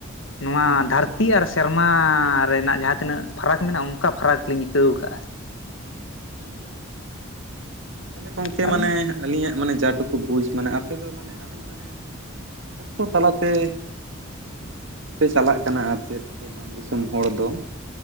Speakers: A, on the left; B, on the right.
A: ᱱᱚᱣᱟ
B: ᱦᱩᱸ
A: ᱫᱷᱟᱹᱨᱛᱤ ᱟᱨ ᱥᱮᱨᱢᱟ ᱨᱮᱱᱟᱜ ᱡᱟᱦᱟᱸ ᱛᱤᱱᱟᱹᱜ ᱯᱷᱟᱨᱟᱠ᱾ ᱢᱮᱱᱟᱜᱼᱟ ᱚᱝᱠᱟ ᱯᱷᱟᱨᱟᱠ ᱞᱤᱧ ᱟᱹᱭᱠᱟᱹᱣ ᱠᱟᱜᱼᱟ᱾
B: ᱦᱩᱸ, ᱛᱟᱞᱮ ᱜᱚᱝᱠᱮ
A: ᱠᱟᱜᱼᱟ
B: ᱢᱟᱱᱮ ᱟᱹᱞᱤᱧᱟᱜ ᱢᱟᱱᱮ ᱡᱟ ᱴᱩᱠᱩ ᱵᱩᱡᱽ ᱢᱟᱱᱮ ᱟᱯᱮ ᱫᱚ ᱢᱟᱱᱮ ᱟᱹᱰᱤ ᱢᱟᱱᱮ, <inaudible> ᱛᱟᱞᱟᱛᱮ, ᱯᱮ ᱪᱟᱞᱟᱜ ᱠᱟᱱᱟ ᱟᱨ ᱪᱮᱫ ᱟᱯᱮ ᱢᱟᱱ ᱫᱤᱥᱚᱢ ᱦᱚᱲ ᱫᱚ᱾